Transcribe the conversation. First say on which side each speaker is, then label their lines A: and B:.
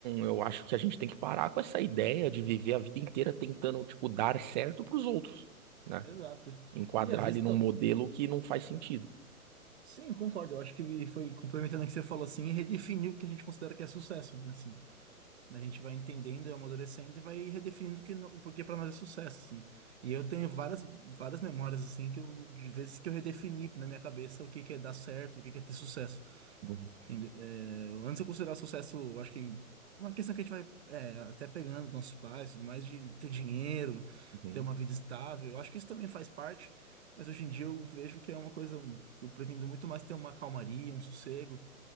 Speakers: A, on the right; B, on the right.
A: eu acho que a gente tem que parar com essa ideia de viver a vida inteira tentando, tipo, dar certo pros outros, né?
B: exato.
A: Enquadrar
B: E às vezes,
A: ele num
B: tá-
A: modelo que não faz sentido.
B: sim, concordo. Eu acho que foi complementando o que você falou assim, redefiniu o que a gente considera que é sucesso, né? Assim, né, a gente vai entendendo, é amadurecendo e vai redefinindo o que no- o porquê para nós é sucesso, assim. E eu tenho várias, várias memórias assim que eu, de vezes que eu redefini na minha cabeça o que que é dar certo, o que que é ter sucesso.
A: Uhum.
B: Inde- é, antes eu considerar sucesso, eu acho que uma questão que a gente vai é, até pegando dos nossos pais, tudo mais, de ter dinheiro,
A: Uhum.
B: ter uma vida estável, eu acho que isso também faz parte, mas hoje em dia eu vejo que é uma coisa que eu pretendo muito mais ter uma calmaria, um sossego.